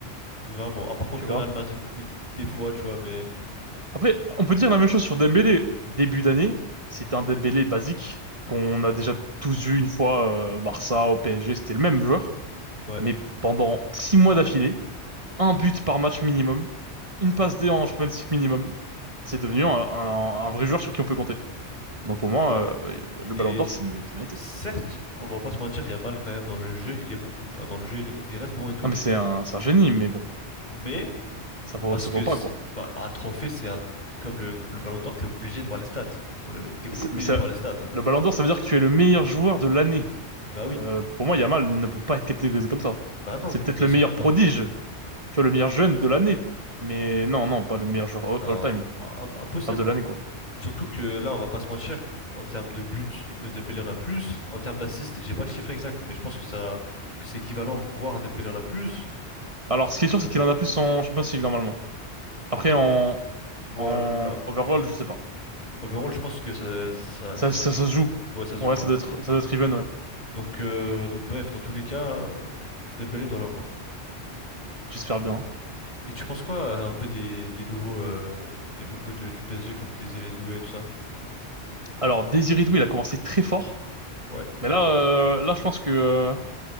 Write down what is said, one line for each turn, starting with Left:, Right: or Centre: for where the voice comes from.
Left: vraiment. Ah, par contre,
Right: tu vois?
Left: le Real Madrid, des, des fois, tu vois, mais
Right: Après, on peut dire la même chose sur Dembélé. Début d'année, c'était un Dembélé basique qu'on a déjà tous vu une fois euh, au Barça, au PSG, c'était le même joueur,
Left: ouais,
Right: mais pendant six mois d'affilée, un but par match minimum, une passe D en Champions League minimum, c'est devenu un, un- un vrai joueur sur qui on peut compter. Donc pour moi,
Left: ouais.
Right: euh, le
Left: Et
Right: Ballon d'Or, c'est mé- c'est mérité.
Left: certes, on va pas se mentir, Yamal, quand même, dans le jeu, il est bon. Tu vois, dans le jeu, il, il reste bon et tout.
Right: Ah mais c'est un, c'est un génie, mais bon,
Left: Mais,
Right: ça vaut,
Left: parce
Right: ça
Left: que
Right: vaut pas
Left: c'est,
Right: quoi.
Left: bah, un trophée, c'est un, comme le, comme le Ballon d'Or, t'es obligé de voir les stats. On le- T'es
Right: Mais
Left: obligé
Right: mais ça-
Left: de voir les stats, en fait.
Right: le Ballon d'Or, ça veut dire que tu es le meilleur joueur de l'année.
Left: Bah oui.
Right: Euh, pour moi, Yamal ne peut pas être catégorisé comme ça.
Left: Bah non,
Right: C'est peut-être
Left: bien
Right: le
Left: sûr
Right: meilleur
Left: que non.
Right: prodige, tu vois, le meilleur jeune de l'année. Mais non, non, pas le meilleur joueur
Left: Non,
Right: all- all-time.
Left: im- impossible.
Right: Pas de l'année, quoi.
Left: Surtout que là, on va pas se mentir, en termes de buts, euh, Dembélé en a plus. En termes d'assists, j'ai pas le chiffre exact, mais je pense que ça, que c'est équivalent, voire Dembélé en a plus.
Right: Alors, ce qui est sûr,
Left: Euh,
Right: c'est qu'il en a plus en Champions League, normalement. Après, en,
Left: voilà.
Right: en overall, je sais pas.
Left: Overall, je pense que ça, ça,
Right: Ça,
Left: ça-
Right: ça, ça se joue.
Left: ouais, ça se
Right: Ouais,
Left: joue, voilà.
Right: ça doit être, ça doit être even, ouais.
Left: Donc, euh, donc bref, dans tous les cas, euh, Dembélé doit l'avoir.
Right: J'espère bien.
Left: Et tu penses quoi euh, un peu des, des nouveaux, euh, des nouveaux de- du PSG comme Désiré Doué et tout ça?
Right: Alors, Désiré Doué, il a commencé très fort.
Left: Ouais,
Right: Mais là, euh, là, je pense que, euh,